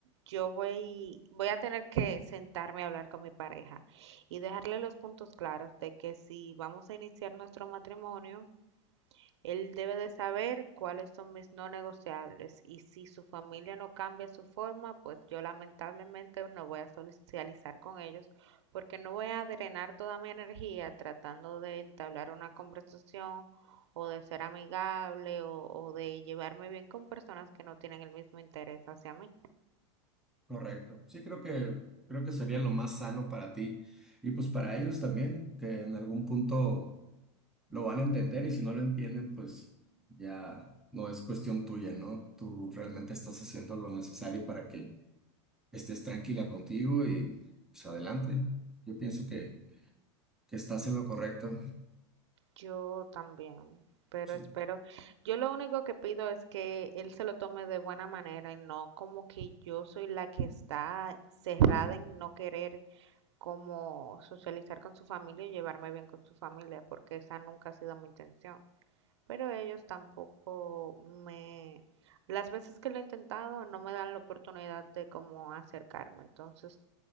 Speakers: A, on the right; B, in the centre.
A: yo voy, voy a tener que sentarme a hablar con mi pareja y dejarle los puntos claros de que si vamos a iniciar nuestro matrimonio, Él debe de saber cuáles son mis no negociables y si su familia no cambia su forma, pues yo lamentablemente no voy a socializar con ellos porque no voy a drenar toda mi energía tratando de entablar una conversación o de ser amigable o, o de llevarme bien con personas que no tienen el mismo interés hacia mí.
B: Correcto. Sí, creo que creo que sería lo más sano para ti y pues para ellos también, que en algún punto lo van a entender y si no lo entienden, pues ya no es cuestión tuya, ¿no? Tú realmente estás haciendo lo necesario para que estés tranquila contigo y pues adelante. Yo pienso que, que estás en lo correcto.
A: Yo también, pero
B: Sí,
A: espero, yo lo único que pido es que él se lo tome de buena manera y no como que yo soy la que está cerrada en no querer como socializar con su familia y llevarme bien con su familia, porque esa nunca ha sido mi intención. Pero ellos tampoco me, las veces que lo he intentado no me dan la oportunidad de como acercarme, entonces